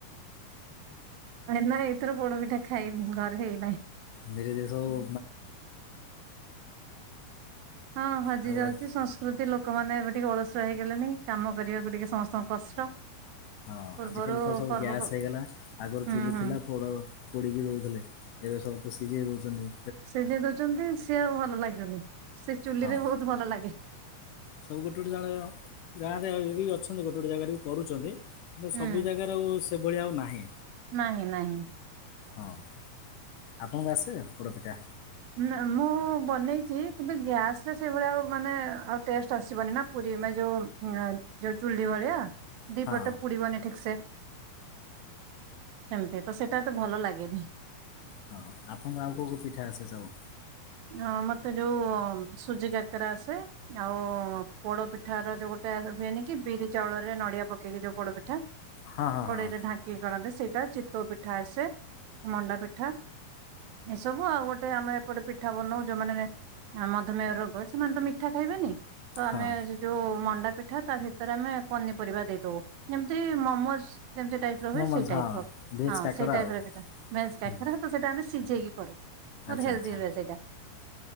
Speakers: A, on the right; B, on the left.
A: ନା ଏଇଥର ପୋଡ ପିଠା ଖାଇନି ଘରେ ହେଇନାହିଁ।
B: ଧୀରେ ଧୀରେ ସବୁ
A: ହଁ ହଜି
B: ଆଉ
A: ଯାଉଛି ସଂସ୍କୃତି ଲୋକମାନେ ଏବେ ଟିକେ ଅଳସୁଆ ହେଇଗଲେଣି କାମ କରିବାକୁ ଟିକେ ସମସ୍ତଙ୍କୁ କଷ୍ଟ
B: ହଁ
A: ପୂର୍ବରୁ
B: ଆଜିକାଲି ତ ସବୁ
A: ପର୍ବ
B: ଗ୍ୟାସ୍ ହେଇଗଲା ଆଗରୁ
A: ହୁଁ
B: ଚୁଲି
A: ହୁଁ
B: ଥିଲା ପୋଡ଼ ପୋଡ଼ିକି ଦେଉଥିଲେ ଏବେ ସବୁ ତ ସିଜେଇ ଦୋଉଛନ୍ତି।
A: ସିଜେଇ ଦୋଉଛନ୍ତି ସିଏ ଆଉ ଭଲ ଲାଗୁନି ସେ ଚୁଲିରେ
B: ହଁ
A: ବୋହୁତ ଭଲ ଲାଗେ।
B: ସବୁ ଗୋଟେ ଗୋଟେ <unintelligible> ଗାଁ ରେ ଯେତିକି ବି ଅଛନ୍ତି ଗୋଟେ ଗୋଟେ ଜାଗାରେ ବି କରୁଛନ୍ତି। କିନ୍ତୁ
A: ହୁଁ
B: ସବୁ ଜାଗାରେ ଆଉ ସେଭଳିଆ ଆଉ ନାହିଁ।
A: ନାହିଁ ନାହିଁ।
B: ହଁ ଆଉପଣଙ୍କୁ ଆସେ ପୋଡ଼ ପିଠା?
A: ନା ମୁଁ ବନେଇଛି କିନ୍ତୁ ଗ୍ୟାସ ରେ ସେଇଭଳିଆ ଆଉ ମାନେ ଆଉ ଟେଷ୍ଟ ଆସିବନି ନା। ପୁରୀ ମେ ଯୋ ଉଁ ଆଁ ଚୁ ଚୁଲି ଭଳିଆ ଦି
B: ହଁ
A: ପଟେ ପୋଡ଼ି ବନି ଠିକ୍ ସେ। ସେମ୍ ତି ତ ସେଟା ଏତେ ଭଲ ଲାଗେନି।
B: ହଁ ଆପଣଙ୍କୁ ଆଉ କୋଉ କୋଉ ପିଠା ଆସେ ସବୁ?
A: ହଁ ମତେ ଯୋଉ ସୁଜି କାକେରା ଆସେ। ଜାଉ ପୋଡ଼ ପିଠାର ଯୋଉ ଗୋଟେ ଆ ହ ହୁଏନି କି ବିରି ଚାଉଳରେ ନଡ଼ିଆ ପକେଇକି ଯୋଉ ପୋଡ଼ ପିଠା।
B: ହଁ ହଁ
A: କଡ଼େଇରେ
B: ହଁ
A: ଢାଙ୍କିକି କରନ୍ତି ସେଇଟା ଚିତୋଉ ପିଠା ଆସେ ମଣ୍ଡା ପିଠା। ଏଇ ସବୁ ଆଉ ଆଉ ଗୋଟେ ଆମର ଏପଟେ ପି ଠା ବନଉ ଯୋଉମାନେ ଅ ମଧୁମେୟ ରୋଗ ଅଛି ସେମାନେ ତ ମିଠା ଖାଇବେନି ତ
B: ହଁ
A: ଆମେ ଜ୍ ଯୋଉ ମଣ୍ଡା ପିଠା ତା ଭିତରେ ଆମେ ପନିପରିବା ଦେଇ ଦୋଉ ଯେମିତି ମୋମୋସ୍ ଯେମିତି ଟାଇପ୍ ରହେ
B: ମୋମୋଜ
A: ସେଇ ଟାଇପ୍
B: ହଁ
A: ର
B: ଭେଜ୍
A: ହଁ
B: କାକରା
A: ଟାଇପ୍
B: ଆଉ
A: ର ପିଠା ନାଇଁ ଶ୍
B: ହୁଁ,
A: କାକେରାକୁ ତ ସେଟା ଆମେ ସିଜେଇକି କରୁ।
B: ଆଚ୍ଛା।
A: ଦିବେ ସେଇଟା।